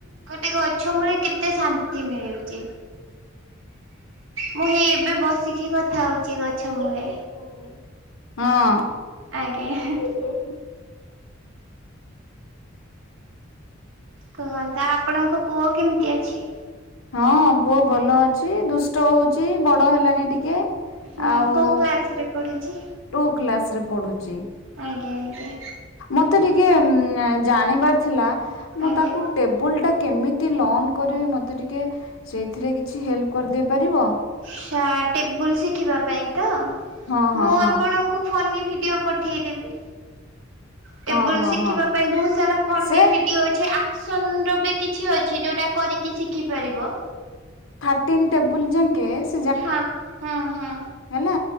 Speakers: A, on the right; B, on the left.
A: ଗୋଟେ ଗଛ ମୂଳେ କେତେ ଶାନ୍ତି ମିଳୁଚି। ମୁଁ ହେଇ ଏବେ ବସିକି
B: ମୁଁ ହେଇ ଏଡେ
A: କଥା
B: ବସିଚି
A: ହଉଛି ଗଛ
B: <inaudible>
A: ମୂଳେ।
B: ହଁ।
A: ଆଜ୍ଞା କୁହନ୍ତୁ ଆପଣଙ୍କ ପୁଅ କେମିତି ଅଛି?
B: ହଁ ପୁଅ ଭଲ ଅଛି ଦୁଷ୍ଟ ହଉଛି ବଡ ହେଲଣିି ଟିକେ।
A: ହଁ
B: ଆଉ
A: କୋଉ କ୍ଲାସ ରେ ପଢୁଛି?
B: ଟୁ କ୍ଲାସ୍ ରେ ପଢୁଚି।
A: ଆଜ୍ଞା ଆଜ୍ଞା
B: ମତେ ଟିକେ ଉଁ ଜାଣିବାର ଥିଲା ମୁଁ
A: ଆଜ୍ଞା।
B: ତାକ୍ ଟେବୁଲ୍ ଟା କେମିତି ଲନ୍ କରିବି ମତେ ଟିକେ ସେଇଥିରେ କିଛି ହେଲ୍ପ୍ କରିଦେଇ ପାରିବ?
A: ଆଛା ଟେବୁଲ୍ ଶିଖିବା ପାଇଁ ତ
B: ହଁ ହଁ
A: ମୁଁ
B: ହଁ
A: ଆପଣଙ୍କୁ। ଫନି ଭିଡିଓ ପଠେଇଦେବି। ଟେବୁଲ୍
B: ହଁ ହଁ
A: ଶିଖିବା
B: ହଁ।
A: ପାଇଁ ବହୁ ସାରା ଫନି
B: ସେ
A: ଭିଡିଓ ଅଛି ଆକ୍ ସୁନ୍ ର ବି କିଛି ଅଛି ଯୋଉଟା କରିକି ଶିଖି ପାରିବ।
B: ଥାଟିନ ଟେବୁଲ୍ ଜାଙ୍କେ ସି
A: ହଁ ହଁ ହଁ।
B: ହେଲା